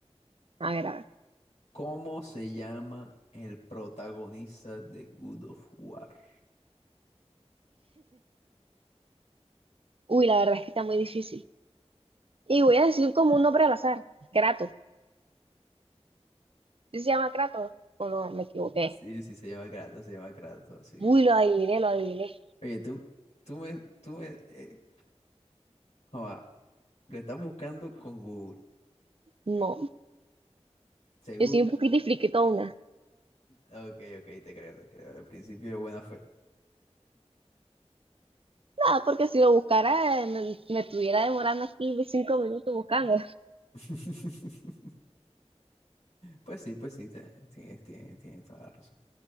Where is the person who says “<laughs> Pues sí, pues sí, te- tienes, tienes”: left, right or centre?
Left